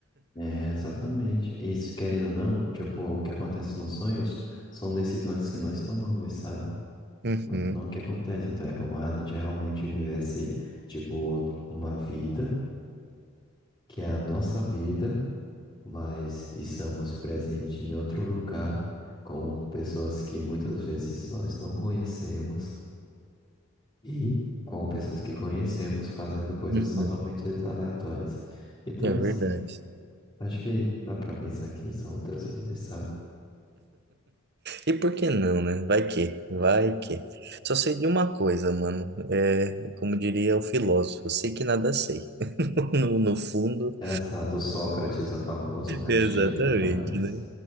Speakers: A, on the left; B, on the right.
A: É, exatamente. Isso, querendo ou não, tipo, o que acontece nos sonhos são decisões que nós tomamos, sabe?
B: Uhum,
A: Não, não o que acontece. Então é como a gente realmente vivesse, tipo, outro- uma vida que é a nossa vida, mas estamos presentes em outro lugar com pessoas que muitas vezes nós não conhecemos e com pessoas que conhecemos fazendo coisas
B: uhum.
A: totalmente aleatórias. Então,
B: É verdade.
A: assim, acho que dá pra pensar que são outras vidas, sabe?
B: E por que não, né? Vai que, vai
A: <laughs>
B: que. Só sei de uma coisa, mano. É, como diria o filósofo, sei que nada sei. <laughs> No, no fundo,
A: Exato, Sócrates, o famoso, né? Acho
B: exatamente,
A: que ele foi cara isso.
B: né?